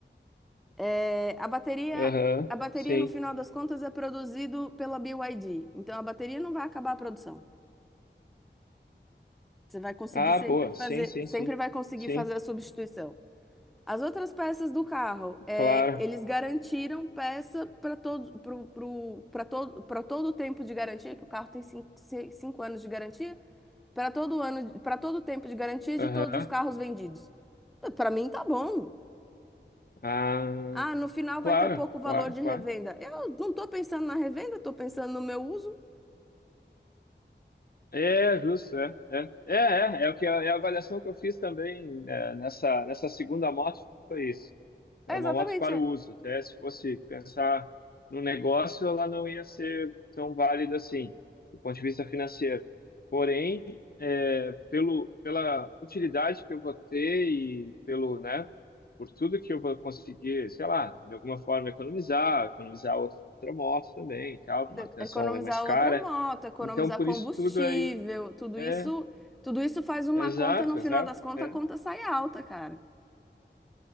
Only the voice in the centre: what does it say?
É, a bateria,
a bateria,
no final das contas, é produzido pela BYD. Então, a bateria não vai acabar a produção. Você vai conseguir
sempre
fazer,
sempre
vai conseguir
fazer a substituição. As outras peças do carro, é,
eles garantiram peça para todo, pro, pro, para todo, para todo o tempo de garantia, que o carro tem cinco, se- cinco anos de garantia, para todo ano, para todo o tempo de garantia de
todos os carros vendidos. Para mim, tá bom.
Ah, no final
vai ter pouco valor
de
revenda. Eu não estou pensando na revenda, estou pensando no meu uso.
É
exatamente,
é.
É Economizar
outra moto, economizar
combustível,
tudo
isso, tudo isso faz uma
conta, no final
das contas,
a conta sai alta, cara.